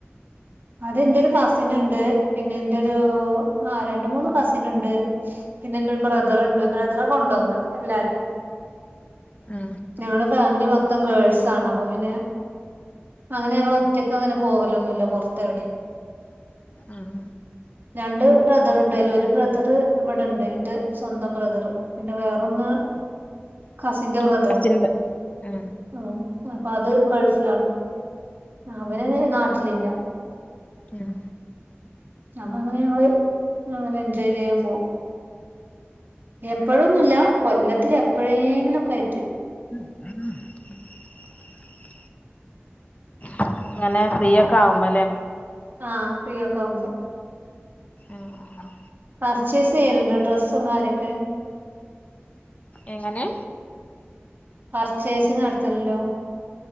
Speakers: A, on the right (about 45°); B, on the left (about 35°).
A: ആടെന്റെയൊരു കസിനുണ്ട് പിന്നെ എന്റെ ഒരു ആ രണ്ടു മൂന്ന് കസിൻ ഉണ്ട് പിന്നെന്റെ ഒരു ബ്രദറുണ്ട് ബ്രദറാ കൊണ്ടുപോകാ എല്ലാരേം.
B: ആ
A: ഞങ്ങളുടെ ഫാമിലി മൊത്തം ഗേൾസ് ആണ് അപ്പൊ പിന്നെ അങ്ങനെ ഞങ്ങളൊറ്റക്കങ്ങനെ പോകലൊന്നുമില്ല പൊറത്തെവിടേം.
B: ആഹ് ആഹ്
A: രണ്ട് ബ്രദറുണ്ടയില് ഒരു ബ്രദറ് ഇവിടെണ്ട് എന്റെ സ്വന്തം ബ്രദറ്, പിന്നെ വേറൊന്ന്
B: <inaudible>
A: കസിന്റെ ബ്രദറാ
B: കസിൻന്റെ ആ
A: ഉം അപ്പൊ അത് ഗൾഫിലാണ് അവൻ നാട്ടിലില്ല.
B: ഏഹ്
A: അപ്പൊ അങ്ങനെ ഞങ്ങള് അങ്ങനെ എൻജോയ് ചെയ്യാൻ പോകും എപ്പഴൊന്നുല്ല കൊല്ലത്തിലെപ്പഴേങ്കിലും ഒക്കെ ആയിറ്റ്.
B: <inaudible> അങ്ങനെ ഫ്രീ ഒക്കെ ആകുമ്പലേ?
A: ആ ഫ്രീയൊക്കെയാവുമ്പോ
B: ആഹ് ആഹ്
A: പർച്ചേസ് ചെയ്യല്ണ്ടോ ഡ്രെസ്സും കാര്യൊക്കെ?
B: എങ്ങനെ?
A: പർച്ചേസിങ് നടത്തല്ണ്ടോ